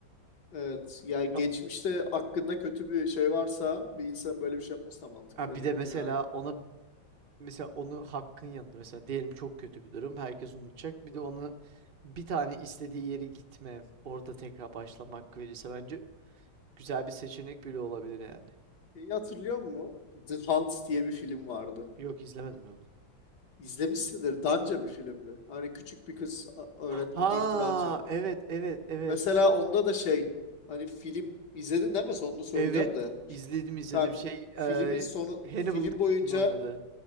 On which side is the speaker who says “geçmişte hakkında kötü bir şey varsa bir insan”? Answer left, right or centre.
Left